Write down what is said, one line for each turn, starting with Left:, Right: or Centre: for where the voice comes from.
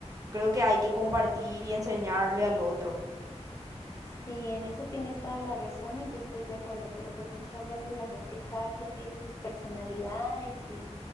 Right: creo que hay que compartir y enseñarle al otro.
Left: Sí, en eso tienes toda la razón y yo estoy de acuerdo, pero pues muchas veces la gente, cada quien tiene sus personalidades y